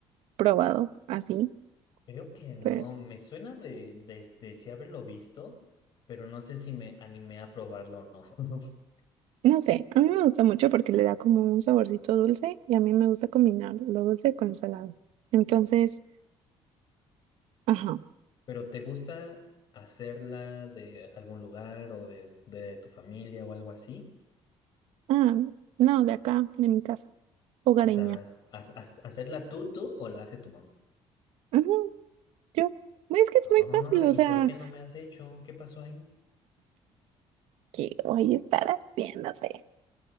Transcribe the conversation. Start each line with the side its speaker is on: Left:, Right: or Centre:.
Right: probado así,
Left: Creo que no,
Right: pero
Left: me suena de, de, de sí haberlo visto, pero no sé si me animé a probarlo o no. <laughs>
Right: no sé, a mí me gusta mucho porque le da como un saborcito dulce y a mí me gusta combinar lo dulce con lo salado. Entonces, ajá.
Left: ¿Pero te gusta hacerla de algún lugar o de, de tu familia o algo así?
Right: Ah, no, de acá, de mi casa, hogareña.
Left: O sea, ¿has- has- has- ¿hacerla tú, tú o la hace tu mamá?
Right: Ajá, yo, es que es
Left: Ay,
Right: muy fácil, o sea,
Left: ¿y por qué no me has hecho? ¿Qué pasó ahí?
Right: que voy a estar haciéndote.